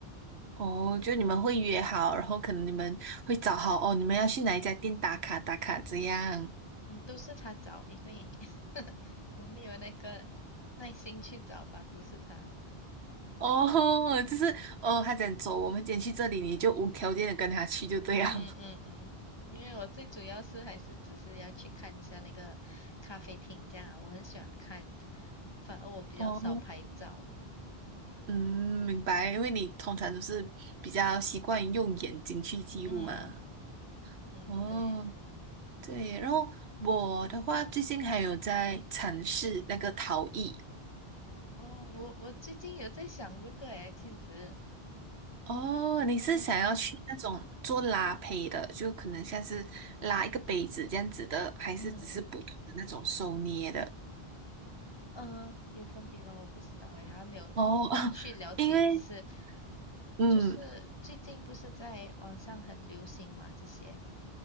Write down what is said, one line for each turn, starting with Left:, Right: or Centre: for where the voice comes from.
Right: 哦，就你们会约好，然后可能你们会找好哦，你们要去哪一家店打卡打卡这样。
Left: 嗯，都是他找，因为 <laughs> 我没有那个耐心去找吧，都是他。
Right: 哦，就是哦，他讲走，我们今天去这里，你就无条件的跟他去，就这样。
Left: 嗯哼嗯嗯，因为我最主要是还是只是要去看一下那个咖啡厅这样啊我很喜欢看，反而我比较少拍照。
Right: <laughs> 哦，嗯，明白，因为你通常都是比较习惯于用眼睛去记录嘛。
Left: 嗯嗯，
Right: 哦，
Left: 对。
Right: 对，然后我的话最近还有在尝试那个陶艺。
Left: 哦，我我最近有在想这个诶，其实，
Right: 哦，你是想要去那种做拉胚的，
Left: 嗯
Right: 就可能像是拉一个杯子这样子的，还是只是普通的那种手捏的？
Left: 嗯嗯、呃有分别吗？我不知道诶，还没有就是去了解，
Right: 哦，<laughs> 因为。
Left: 只是
Right: 嗯，
Left: 就是最近不是在网上很流行嘛这些。